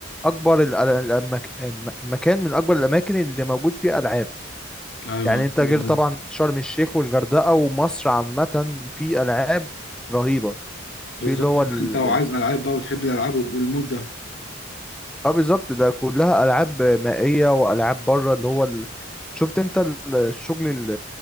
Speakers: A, in the centre; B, on the left (about 55°).
A: أكبر ال... ال- المك... الم- المكان من أكبر الأماكن اللي موجود فيها ألعاب
B: ايوه
A: يعني
B: ايوه
A: أنت غير طبعا شرم الشيخ والغردقة ومصر عامة في ألعاب رهيبة
B: بالظبط
A: في اللي هو ال...
B: انت لو عايز العاب بقى وتحب الالعاب والمود ده
A: اه بالظبط ده كلها ألعاب مائية وألعاب بره اللي هو ال... شفت أنت ال- الشغل ال-